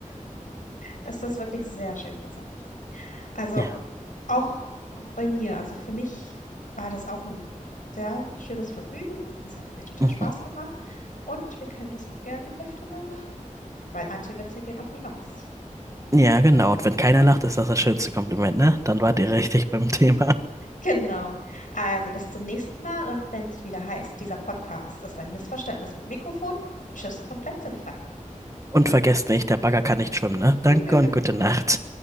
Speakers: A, on the left; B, on the right.
A: Das ist wirklich sehr schön gesagt. Also
B: Ja,
A: auch, auch bei mir, also für mich war das auch ein sehr schönes Vergnügen. Das hat mir total
B: mhm.
A: Spaß gemacht und wir können das auch gerne öfter mal machen, weil Anti-Witze gehen auch nie aus.
B: ja genau. Und wenn keiner lacht, ist das das schönste Kompliment, ne? Dann wart ihr richtig beim Thema.
A: Genau. Also bis zum nächsten Mal und wenn es wieder heißt, dieser Podcast ist ein Missverständnis mit Mikrofon. Tschüss und bleibt sinnfrei.
B: Und vergesst nicht, der Bagger kann nicht schwimmen, ne?
A: <laughs>
B: Danke und gute Nacht.